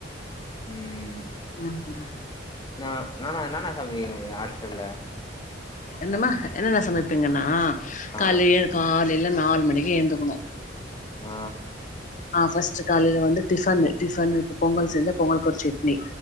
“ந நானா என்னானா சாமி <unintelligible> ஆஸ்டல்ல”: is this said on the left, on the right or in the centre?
Left